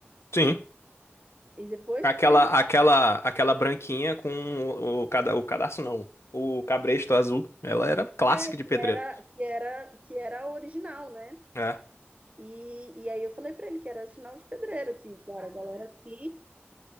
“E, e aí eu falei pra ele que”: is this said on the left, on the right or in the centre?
Right